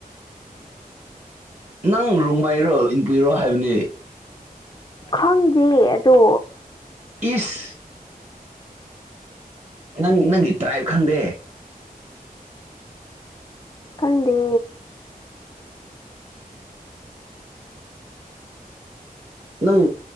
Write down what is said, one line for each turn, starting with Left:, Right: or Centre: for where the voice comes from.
Right: ꯅꯪ ꯔꯣꯡꯃꯥꯏꯔꯣ ꯏꯟꯄꯨꯏꯔꯣ ꯍꯥꯏꯕꯅꯤ
Left: ꯈꯪꯗꯦ ꯑꯗꯣ
Right: ꯏꯁ ꯅꯪ ꯅꯪꯒꯤ ꯇ꯭ꯔꯥꯏꯞ ꯈꯪꯗꯦ
Left: ꯈꯪꯗꯦ
Right: ꯅꯪ